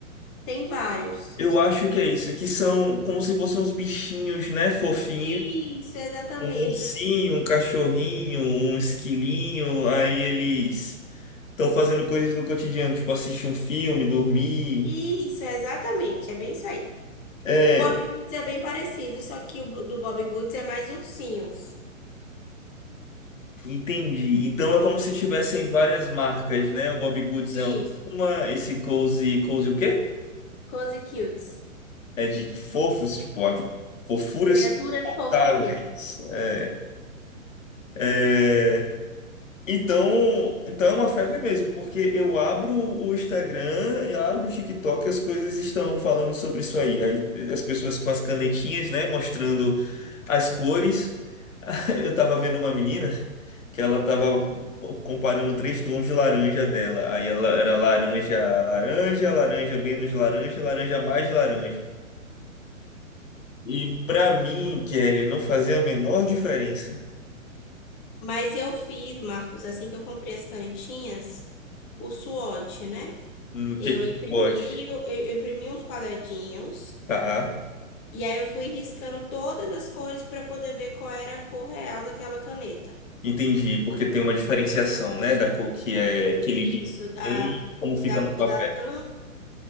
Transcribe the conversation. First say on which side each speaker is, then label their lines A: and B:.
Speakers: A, on the left; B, on the left.
A: tem vários.
B: Eu acho que é isso. Que são como se fossem uns bichinhos, né? Fofinhos.
A: Isso, exatamente.
B: Um ursinho, um cachorrinho, um esquilinho. Aí eles estão fazendo coisas do cotidiano, tipo assistir um filme, dormir.
A: Isso, exatamente. É bem isso aí.
B: É,
A: O Bob Goods é bem parecido, só que o do Bob Goods é mais ursinhos.
B: entendi. Então é como se tivessem várias marcas, né? O Bobbie Goods
A: Isso,
B: é uma, esse Cozy, Cozy o quê?
A: Cozy Cutes.
B: É de fofos, tipo, ah, fofuras
A: Criaturas
B: suportáveis.
A: fofinhas.
B: É, é, Então, então é uma febre mesmo, porque eu abro o Instagram, eu abro o TikTok, as coisas estão falando sobre isso aí. Aí, As pessoas com as canetinhas, né, mostrando as cores. <laughs> Eu tava vendo uma menina que ela tava co- comparando três tons de laranja dela. Aí ela era laranja, laranja, laranja menos laranja, laranja mais laranja. E pra mim, Kelly, não fazia a menor diferença
A: Mas eu fiz, Marcos, assim que eu comprei as canetinhas. o SWOT, né?
B: no
A: Eu
B: que que
A: imprimi,
B: pode,
A: eu, eu imprimi uns quadradinhos
B: tá?
A: e aí eu fui riscando todas as cores para poder ver qual era a cor real daquela caneta.
B: Entendi, porque tem uma diferenciação, né, da cor que é que ele diz
A: Isso, da,
B: e como fica
A: da
B: no papel.
A: cor da tampa